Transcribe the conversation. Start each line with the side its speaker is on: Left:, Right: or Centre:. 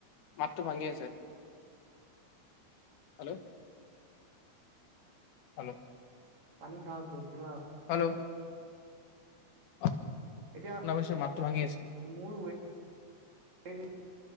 Left: মাতটো ভাঙি আছে। হেল্ল' হেল্ল'
Right: পানী খাওঁতো কিমান
Left: হেল্ল' অ অ শুনা
Right: এতিয়া
Left: নগৈছে মাত টো ভাঙি আহিছে
Right: মোৰ ৱেট